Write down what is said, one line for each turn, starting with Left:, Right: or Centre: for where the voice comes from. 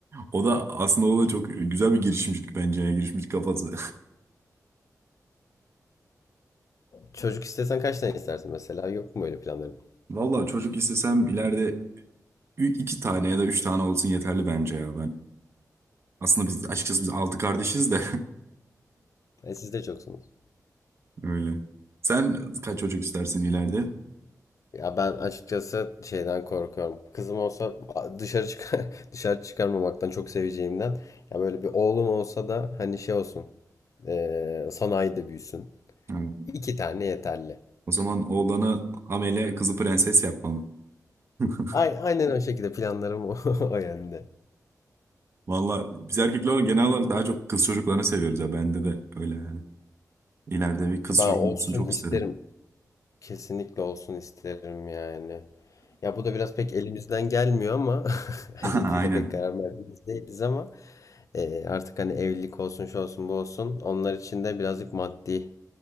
Right: O da aslında o da çok güzel bir girişimcilik bence ya. Girişimcilik kafası.
Left: Çocuk istesen kaç tane istersin mesela? Yok mu öyle planların?
Right: <laughs> Valla çocuk istesem ileride ü- iki tane ya da üç tane olsun yeterli bence ya ben. Aslında biz açıkçası biz altı kardeşiz de
Left: E, siz de çoksunuz.
Right: <laughs> öyle. Sen kaç çocuk istersin ileride?
Left: Ya ben açıkçası şeyden korkuyorum. Kızım olsa a- dışarı çıkar <laughs> dışarı çıkarmamaktan çok seveceğimden. Ya böyle bir oğlum olsa da hani şey olsun. eee, sanayide büyüsün.
Right: Evet.
Left: İki tane yeterli.
Right: O zaman oğlanı amele, kızı prenses yapmam. <laughs>
Left: Ay- Aynen o şekilde planlarım o, <laughs> o yönde.
Right: Valla biz erkekler olarak genel olarak daha çok kız çocuklarını seviyoruz ya. Bende de öyle yani. İleride bir kız
Left: Ben
Right: çocuğum
Left: olsun
Right: olsun çok
Left: isterim.
Right: isterim.
Left: Kesinlikle olsun isterim yani. Ya bu da biraz pek elimizden gelmiyor ama <laughs> hani
Right: <laughs> Aynen.
Left: burada pek karar verdiğimiz değiliz ama eee, artık hani evlilik olsun şu olsun bu olsun onlar için de birazcık maddi